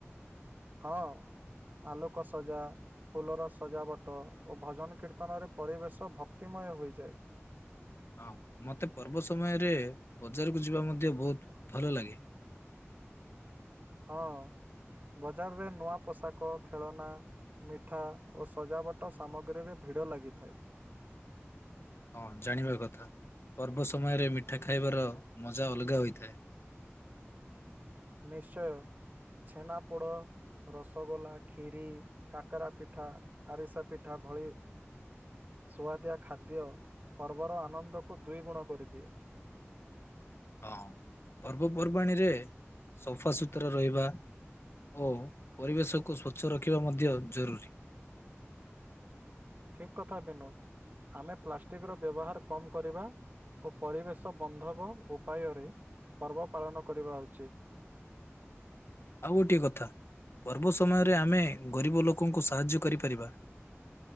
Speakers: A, on the right (about 40°); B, on the left (about 60°).
A: ହଁ ଆଲୋକ ସଜା ଫୁଲର ସଜାବଟ ଓ ଭଜନ କୀର୍ତ୍ତନରେ ପରିବେଶ ଭକ୍ତିମୟ ହୋଇଯାଏ।
B: ହଁ ମୋତେ ପର୍ବ ସମୟରେ ବଜାରକୁ ଯିବା ମଧ୍ୟ ବହୁତ ଭଲ ଲାଗେ।
A: ହଁ ବଜାରରେ ନୂଆ ପୋଷାକ ଖେଳନା ମିଠା ଓ ସଜାବଟ ସାମଗ୍ରୀରେ ଭିଡ଼ ଲାଗିଥାଏ।
B: ହଁ ଜାଣିବା କଥା ପର୍ବ ସମୟରେ ମିଠା ଖାଇବାର ମଜା ଅଲଗା ହୋଇଥାଏ।
A: ନିଶ୍ଚୟ ଛେନା ପୋଡ ରସଗୋଲା ଖିରି କାକରା ପିଠା ଆରିସା ପିଠା ଭଳି ସୁଆଦିଆ ଖାଦ୍ୟ ପର୍ବର ଆନନ୍ଦକୁ ଦୁଇ ଗୁଣ କରିଦିଏ।
B: ହଁ ପର୍ବପର୍ବାଣିୀରେ ସଫା ସୁୁତୁରା ରହିବା ଓ ପରିବେଶକୁ ସ୍ୱଚ୍ଛ ରଖିବା ମଧ୍ୟ ଜରୁରୀ।
A: ଠିକ କଥା ବିନୋଦ ଆମେ ପ୍ଲାଷ୍ଟିକ ର ବ୍ୟବହାର କମ କରିବା ଓ ପରିବେଶ ବନ୍ଧବ ଉପାୟରେ ପର୍ବ ପାଳନ କରିବା ଉଚିତ।
B: ଆଉ ଗୋଟିଏ କଥା ପର୍ବ ସମୟରେ ଆମେ ଗରିବ ଲୋକଙ୍କୁ ସାହାଯ୍ୟ କରିପାରିବା।